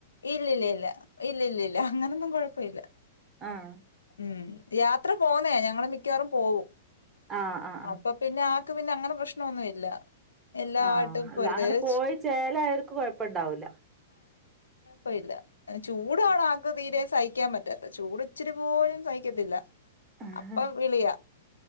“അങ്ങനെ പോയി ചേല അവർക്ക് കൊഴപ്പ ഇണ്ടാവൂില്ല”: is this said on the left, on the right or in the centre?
Right